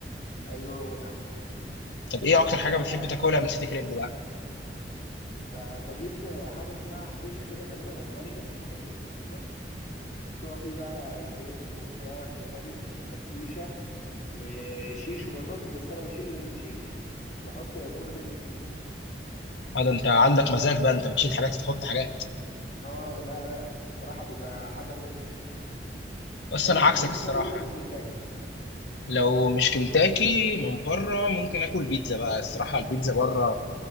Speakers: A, on the left; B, on the left.
A: ايوه هو ده
B: طب ايه اكتر حاجه
A: ده
B: بتحب تاكلها من سيتي كريب بقى
A: ب- بجيب حاجة اسمها حبيشة كده غالبا او ملكة مش فاكر الاسم بالظبط بس هو فيه بقى ستريبس وفراخ وناجتس وكاتيوشا وشيش وبطاطس بس انا بشيل الشيش وبحط كوردن بلو
B: اه ده انت عندك مزاج بقى انت بتشيل حاجات تحط حاجات
A: اه لا لا فالصراحة بيبقى حاجة بوم يعني
B: بس
A: طب
B: انا
A: انت
B: عكسك
A: بتحب
B: الصراحه
A: تاكل ايه لو مش كنتاكي
B: لو مش كنتاكي من بره ممكن اكل بيتزا بقى الصراحه البيتزا بره